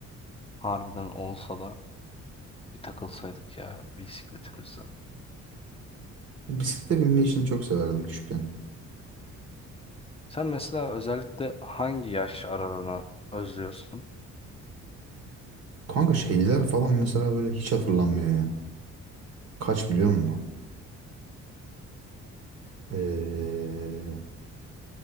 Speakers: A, on the left (about 20°); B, on the right (about 55°).
A: Harbiden olsa da bir takılsaydık ya bisikletimizden.
B: Bisiklete binme işini çok severdim küçükken.
A: Sen mesela özellikle hangi yaş aralığına özlüyorsun?
B: Kanka şeyler falan mesela böyle hiç hatırlanmıyor ya. Kaç biliyor musun? Ee,